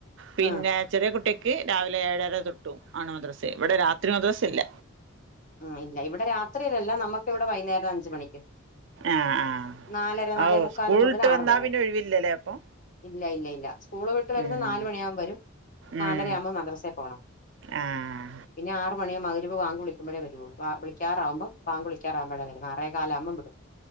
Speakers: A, on the right (about 60°); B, on the left (about 40°).
A: പിന്നെ
B: ആ
A: ചെറിയ കുട്ടിയ ക്ക് രാവിലെ ഏഴര തൊട്ടും ആണ് മദ്രസ് ഇവിടെ രാത്രി മദ്രസ ഇല്ല
B: ഉം ഇല്ല ഇവിടെ രാത്രിയിലല്ല നമുക്ക് ഇവിടെ വൈന്നേരം അ‍ഞ്ച് മണിക്ക്
A: ആഹ്
B: നാലര നാലേ
A: ആഹ് ഓഹ്
B: മുക്കാല്
A: സ്കൂളിട്ട്
B: മുതൽ ആറ്
A: വന്നാ
B: വരെ
A: പിന്നെ ഒഴിവില്ലല്ലേ അപ്പൊ
B: ഇല്ല ഇല്ല ഇല്ല സ്കൂള് വിട്ട് വരുന്ന
A: ഉം
B: നാല് മണിയാമ്പൊ വരും നാലര
A: ഉം
B: ആവുമ്പോ മദ്രസേ പോണം
A: ആഹ്
B: പിന്നെ ആറ് മണിയാവും മഗ്‌രിബ് ബാങ്ക് വിളി അപ്പഴേ വരുവൊള്ളു ബാ വിളിക്കാറാവുമ്പം ബാങ്ക് വിളിക്കാറാവുമ്പഴാ വരുന്നേ ആറെകാലാകുമ്പം വിടും